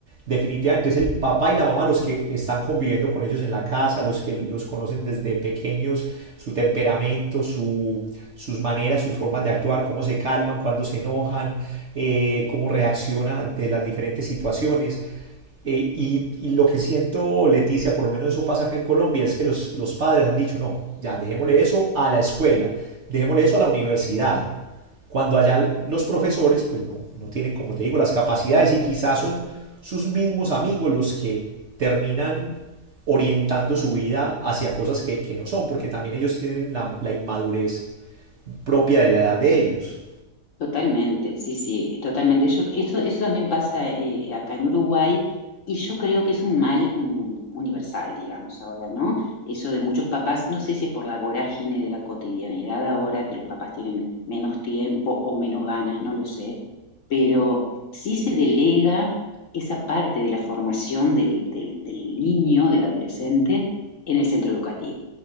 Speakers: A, on the right (about 50°); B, on the left (about 50°).
A: Definitivamente es el papá y la mamá los que están conviviendo con ellos en la casa, los que los conocen desde pequeños, su temperamento, su, sus maneras, sus formas de actuar, cómo se calman, cuando se enojan, eh, cómo reaccionan ante las diferentes situaciones. Eh, y, y lo que siento, Leticia, por lo menos eso pasa acá en Colombia, es que los, los padres han dicho, no, ya dejémosle eso a la escuela, dejémosle eso a la universidad, cuando allá los profesores pues no, no tienen, como te digo, las capacidades y quizás son sus mismos amigos los que terminan orientando su vida hacia cosas que, que no son, porque también ellos tienen la, la inmadurez propia de la edad de ellos.
B: Totalmente, sí, sí, totalmente. Yo, eso, eso también pasa eh, acá en Uruguay y yo creo que es un mal un- universal, digamos, ahora, ¿no? Eso de muchos papás, no sé si es por la vorágine de la cotidianidad ahora, que los papás tienen menos tiempo o menos ganas, no lo sé, pero sí se delega esa parte de la formación del, del, del niño, del adolescente, en el centro educativo.